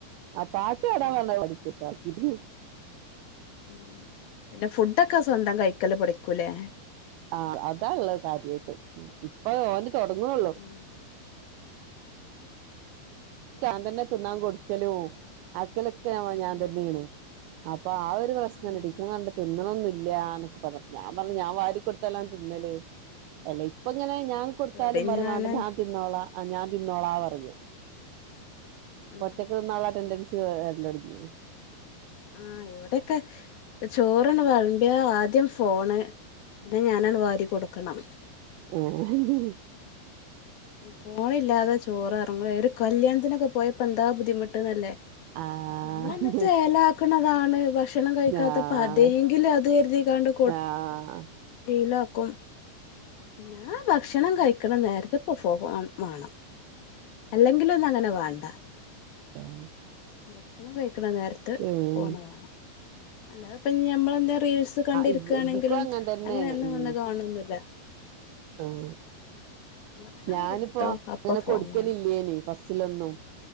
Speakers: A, on the right; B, on the left.
A: ആഹ് പാട്ട് പാടാം
B: ഉം
A: പർഞാ അഹ് പാടിതരും <unintelligible>
B: ഉം പിന്നെ ഫുഡൊക്കെ സ്വന്തം കൈക്കല് പടിക്കുലേ
A: ആഹ് അതാള്ളെ കാര്യായ്ട്ട് ഇപ്പത് ഓന് തെടങ്ങ്ണൊള്ളു
B: ഉം
A: ഞാൻ തന്നെ തിന്നാകൊട്ക്കലും ആക്കലൊക്കെ ഞാൻതന്നെന്നു
B: ഉം
A: അപ്പ ആഹ് ഒരു പ്രശ്നണ്ട്
B: ഉം
A: ടീച്ചർണ്ട് തിന്ന്ണൊന്നുല്ല്യ ന്നൊക്കെ പർഞ്ഞ് ഞാ പർഞ്ഞ് ഞാവാരിക്കൊട്‌ത്താലാണ് തിന്നല് അല്ല ഇപ്പങ്ങനെ ഞാൻ കൊട്ത്താലും
B: ഇവിടെ
A: പറിം
B: ഞാന്
A: വാണ്ട ഞാൻ തിന്നോളാ ആഹ് ഞാൻ തിന്നോളാ പറയും ഇപ്പൊറ്റക്ക്
B: ഉം
A: തിന്നാള്ള അറ്റന്റൻസ് വര്ലൊട്ങ്ങീണ്
B: ആഹ് ഇവടെക്കെ ചോറ്ണ്ട് വൾ മ്പ്യാ ആദ്യം ഫോണ് പിന്നെ ഞാനാണ്ട് വാരി കൊടുക്കണം
A: ഏഹ്
B: ഫോണില്ലാതെ ചോറർങ്ങുല ഒരു കല്ല്യാണത്തിനൊക്കെ പോയപ്പന്താ ബുദ്ധിമുട്ട്ന്നല്ലേ
A: ആഹ്
B: നമ്മളെന്നെ ചേലാക്ക്ണതാണ് ഭക്ഷണം കഴിക്കാത്തപ്പോ
A: ആഹ്
B: അതേങ്കിലും അത് കെര്തികാണ്ട്
A: ആഹ്
B: ഷിലാക്കും ഞാൻ ഭക്ഷണം കഴിക്ണ നേരത്ത്പൊ ഫോൺ മാണം അല്ലെങ്കിലൊന്നങ്ങനെ വാണ്ട
A: <unintelligible>
B: ഭക്ഷണം കഴിക്ണ നേരത്ത്
A: ഉം
B: ഫോണ് വാണം അല്ലാതെപ്പ ഞമ്മളെന്തെ റീൽസ് ത് കണ്ടിരിക്കാണെങ്കിലും
A: ഇവക്കും അങ്ങനെ തന്നെയാണ്
B: അങ്ങനെന്നും
A: ഉം
B: വന്ന് കാണൊന്നുല്ല
A: ആഹ്
B: ഭക്ഷണം
A: ഞാന്പ്പോ
B: എടുത്തോ
A: അങ്ങനെ
B: അപ്പൊ ഫോൺ
A: കൊട്ക്കലില്ലേനി
B: വേണം
A: ബസ്സിലൊന്നും